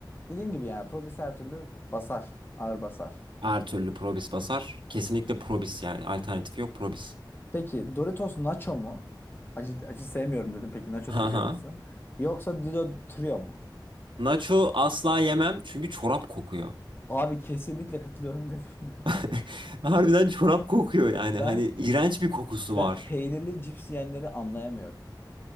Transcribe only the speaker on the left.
dediğim gibi yani Probis her türlü basar. Ağır basar.
Peki Doritos Nacho mu? Acı, acı sevmiyorum dedim. Peki Nacho
seviyor
musun? Yoksa Dido Trio mu?
Abi kesinlikle katılıyorum dediğine.
<laughs>
Ben
ben
peynirli cips yiyenleri anlayamıyorum.